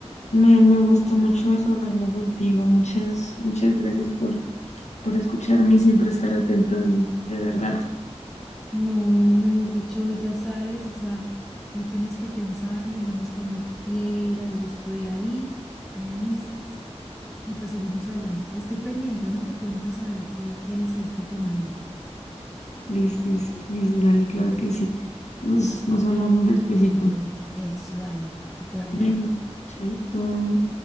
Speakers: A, on the left; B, in the centre.
A: Me, me gustó mucho desahogarme contigo. Muchas, muchas gracias por, por escucharme y siempre estar atento de mí. De verdad.
B: No, mejor dicho, ya sabes, o sea, no tienes que pensarlo, me llamas cuando quieras, yo estoy ahí, me dices y pues seguimos hablando. Estoy pendiente, ¿no? Me cuentas a ver qué, qué decidiste finalmente.
A: Lisis, Lisis, dale, claro
B: Mm,
A: que sí. Nos, nos hablamos despuesito.
B: Eso, dale, que te vaya
A: Bueno,
B: bien.
A: chaito.